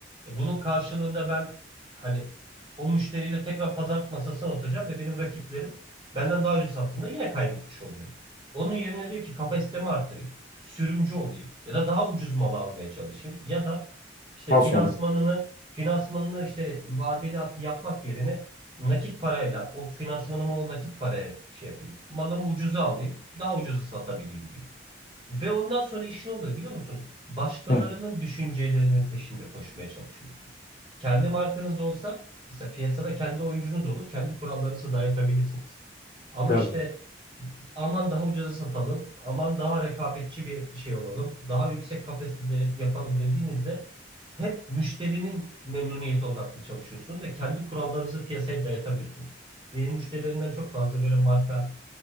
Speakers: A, on the right (about 25°); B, on the left (about 45°).
A: E, bunun karşılığında ben hani o müşteriyle tekrar pazarlık masasına oturacağım ve benim rakiplerim benden daha ucuz sattığında yine kaybetmiş oluyorum. Onun yerine diyor ki kapasitemi arttırayım, sürümcü olayım ya da daha ucuz malı almaya çalışayım ya da işte
B: Fason.
A: finansmanını finansmanını işte vadeli yapmak yerine nakit parayla o finansmanımı o nakit paraya şey yapayım. Malımı ucuza alayım, daha ucuza satabileyim diyor. Ve ondan sonra iş ne oluyor biliyor musunuz? Başkalarının
B: Hı.
A: düşüncelerinin peşinde koşmaya çalışıyorsunuz. Kendi markanız olsa mesela piyasada kendi oyuncunuz olur. Kendi kurallarınızı dayatabilirsiniz. Ama
B: Tabii.
A: işte aman daha ucuza satalım, aman daha rekabetçi bir şey olalım, daha yüksek kapasitede yapalım dediğinizde hep müşterinin memnuniyeti odaklı çalışıyorsunuz ve kendi kurallarınızı piyasaya dayatamıyorsunuz. Benim müşterilerimden çok fazla böyle marka